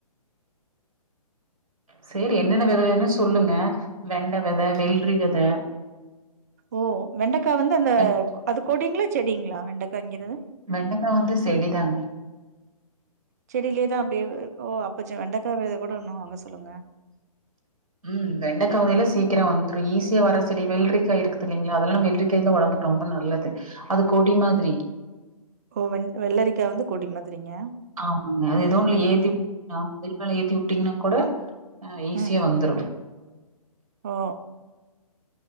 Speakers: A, on the right; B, on the right.
A: சேரி ஏன்னென்னா வெத வேணுன்னு சொல்லுங்க வெண்ட வெத வெள்ரி வெத
B: ஒ வெண்டக்கா வந்து அந்த
A: வெண்
B: அது கொடிங்ளா செடிங்ளா வெண்டக்கங்கறது
A: வெண்டாக்கா வந்து செடிதாங்க
B: செடிலேயேதா அப்டிய ஓ அப்பச்ச வெண்டக்கா வெத கூட ஒன்னு வாங்க சொல்லுங்க
A: இம் வெண்டகா வகை எல்லா சீக்கரோ வந்துரு ஈஸியா வர்ற செடி வெள்ரிக்காய் இருக்குது இல்லைங்ளா அதெல்லா வெல்ரி காய்லா ஒடம்டபுக்கு ரெம்பா நல்லது அதா கொடி மாதிரி
B: ஒ வெள் வெள்ளரிக்கா வந்து கொடி மாதிரிங்க
A: ஆமாங்கா அது
B: ம்,
A: எதோ ஒன்ல எத்தி
B: ம்.
A: ஆமா மதில் மேல உட்டீங்னா
B: ம்.
A: கூட ஆ ஈஸியா
B: ம்ஹ்ஹ்ம்.
A: வந்துறு
B: ஓ